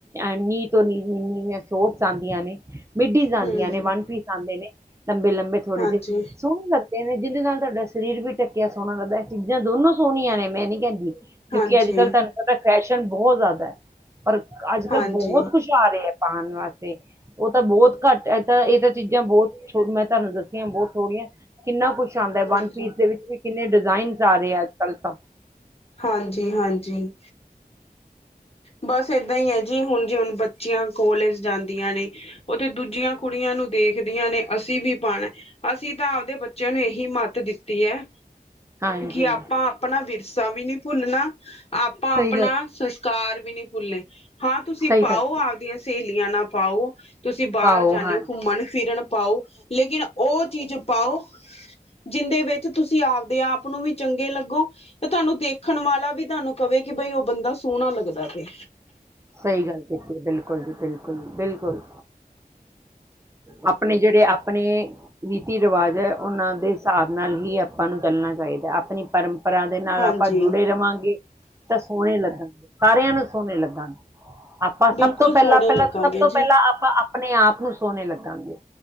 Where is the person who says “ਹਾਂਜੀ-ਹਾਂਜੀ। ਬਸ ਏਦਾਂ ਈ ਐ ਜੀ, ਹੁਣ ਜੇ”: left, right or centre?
Left